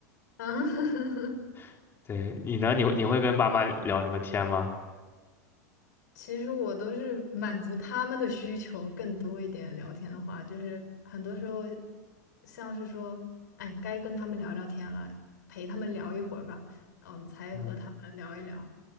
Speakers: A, on the left (about 85°); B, on the left (about 25°).
A: 啊，<laughs>
B: <laughs> 对你呢，你你会跟爸妈聊什么天吗？
A: 其实我都是满足他们的需求更多一点。聊天的话，就是很多时候像是说，哎，该跟他们聊聊天了，陪他们聊一会儿吧，嗯，才和他们聊一聊，
B: 嗯，